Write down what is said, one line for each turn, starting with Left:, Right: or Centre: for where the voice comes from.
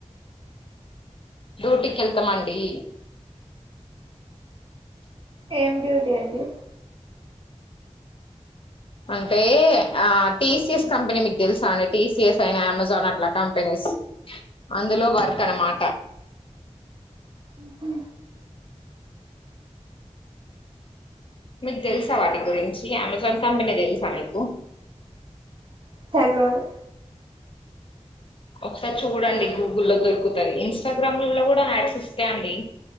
Left: డ్యూటీకి వెళ్తామండి
Right: ఏం డ్యూటీ అండి
Left: అంటే ఆ టీసిఎస్ కంపెనీ మీకు తెలుసా అండి టీసిఎస్ అయిన అమెజాన్ అట్లా కంపె కంపెనీస్ అందులో వర్క్ అనమాట
Right: ఆహ
Left: మీకు తెలుసా వాటి గురించి అమెజాన్ కంపెనీ తెలుసా మీకు
Right: తెల్వదు
Left: ఒకసారి చూడండి గూగుల్లో దొరుకుతాయి ఇన్స్టాగ్రామ్ లో కూడా యాడ్స్ వస్తాయండి